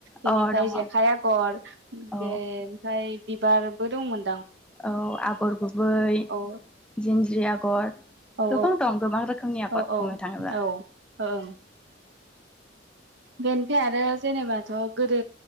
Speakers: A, on the right (about 65°); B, in the centre.
A: बेनिफाय
B: अ दङ
A: जेखाइ आगर बेनिफाय
B: औ
A: बिबारबो दंमोन
B: औ आगर गुबै
A: औ
B: जिं जि आगर
A: औ औ
B: गोबां दं गोबां रोखोमनि आगर
A: ओ ओ
B: बुंनो थाङोब्ला
A: औ ओं बेनिफाय आरो जेनेबाथ गोदो